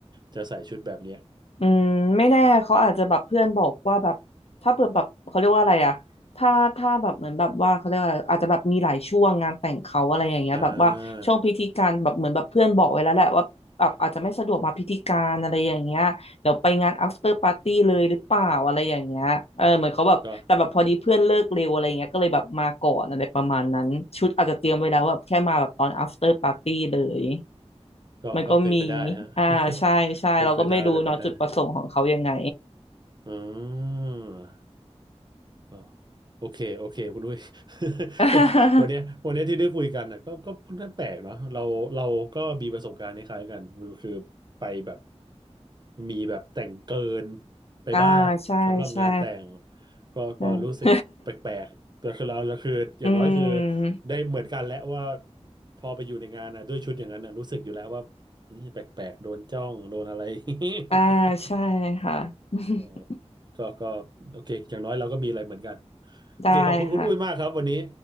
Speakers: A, on the right; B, on the left.
A: จะใส่ชุดแบบเนี้ย
B: อืมไม่แน่เขาอาจจะแบบเพื่อนบอกว่าแบบถ้าเปิดแบบเขาเรียกว่าอะไรอะถ้าถ้าแบบเหมือนแบบว่าเขาเรียกว่าอะไรอาจจะแบบมีหลายช่วงงานแต่งเขาอะไรอย่างเงี้ยแบบว่าช่วงพิธีการแบบเหมือนแบบเพื่อนบอกไว้แล้วแหละว่าแบบอาจจะไม่สะดวกมาพิธีการอะไรอย่างเงี้ยเดี๋ยวไปงาน
A: อ่า
B: after party เลยหรือเปล่าอะไรอย่างเงี้ยเออเหมือนเขาแบบแต่แบบพอดีเพื่อนเลิกเร็วอะไรเงี้ยก็เลยแบบมาก่อนอะไรประมาณนั้นชุดอาจจะเตรียมไว้แล้วแบบแค่มาแบบตอน
A: ก็
B: after party เลย
A: ก็ก็เป็นไปได้ฮะ
B: มันก็มี อ่า
A: <laughs>
B: ใช่ ใช่
A: เป็นไปได้เป็นไปได้
B: เราก็ไม่รู้เนาะจุดประสงค์ของเขายังไง
A: อืม อ๋อโอเคโอเคคุณด้วย <laughs>
B: <laughs>
A: วันเนี้ยวันเนี้ยที่ได้คุยกันน่ะก็ก็ค่อนข้างแปลกเนาะเราเราก็มีประสบการณ์คล้ายๆกันก็คือไปแบบมีแบบแต่งเกินไปบ้างสำหรับงานแต่ง
B: อ่า ใช่ ใช่
A: ก็ก็รู้สึกแปลกๆแต่คือเราเราคืออย่างน้อยคือ
B: ใช่ <laughs> อืม
A: ได้เหมือนกันแล้วว่าพอไปอยู่ในงานน่ะด้วยชุดอย่างนั้นน่ะรู้สึกอยู่แล้วว่านี่แปลกๆโดนจ้องโดนอะไร <laughs>
B: อ่า ใช่ค่ะ <laughs>
A: อ๋อก็ก็โอเคอย่างน้อยเราก็มีอะไรเหมือนกัน โอเค
B: ได้ค่ะ
A: ขอบคุณคุณอุ้ยมากครับวันนี้